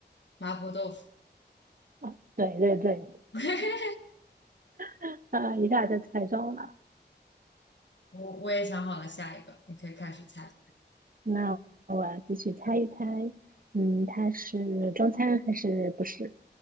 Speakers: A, on the left (about 80°); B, on the right (about 50°).
A: 麻婆豆腐，
B: 啊，对对对，
A: <laughs>
B: <laughs> 啊、一下就猜中了。
A: 我我也想好了下一个，你可以开始猜。
B: 那我要继续猜一猜，嗯，它是中餐还是不是？